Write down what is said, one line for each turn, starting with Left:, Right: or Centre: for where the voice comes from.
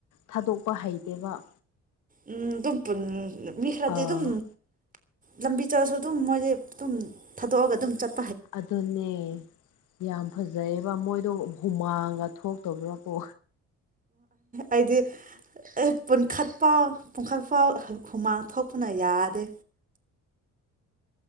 Left: ꯊꯥꯗꯣꯛꯄ ꯍꯩꯇꯦꯕ
Right: ꯎꯝ ꯑꯗꯨꯝ ꯃꯤꯈꯔꯗꯤ
Left: ꯑꯥ
Right: ꯑꯗꯨꯝ ꯂꯝꯕꯤ ꯆꯠꯂꯁꯨ ꯑꯗꯨꯝ ꯃꯣꯏꯁꯦ ꯑꯗꯨꯝ ꯊꯥꯗꯣꯛꯑꯒ ꯑꯗꯨꯝ ꯆꯠ
Left: ꯑꯗꯨꯅꯦ ꯌꯥꯝ ꯐꯖꯩ ꯃꯣꯏꯗꯣ ꯍꯨꯃꯥꯡꯒ ꯊꯣꯛꯇꯧꯕ꯭ꯔꯥꯀꯣ
Right: ꯑꯩꯗꯤ ꯄꯨꯟꯈꯠꯄ ꯄꯨꯡꯈꯛ ꯐꯥꯎ ꯈꯨꯃꯥꯡ ꯊꯣꯛꯄꯅ ꯌꯥꯗꯦ